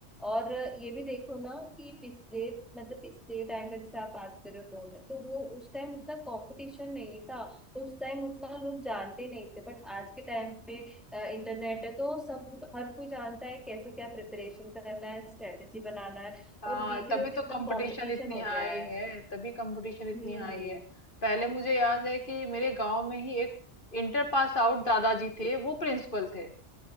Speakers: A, in the centre; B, on the left.
A: और अ, ये भी देखो ना कि पिछले मतलब पिछले टाइम का जैसे आप बात कर रहे हो गवर्नमेंट तो वो उस टाइम उतना कंपटीशन नहीं था तो उस टाइम उतना लोग जानते नहीं थे बट आज के टाइम पे इंटरनेट है तो सब हर कोई जानता है कैसे क्या प्रिपरेशन करना है स्ट्रेटेजी बनाना है
B: हाँ
A: और देख
B: तभी
A: रहे हो कितना
B: तो कंपटीशन
A: कंपटीशन
B: इतनी
A: हो
B: हाई
A: गया है
B: है तभी कंपटीशन इतनी
A: हम्म
B: हाई है पहले मुझे याद है कि मेरे गांव में ही एक इंटर पास आउट दादाजी थे वो प्रिंसिपल थे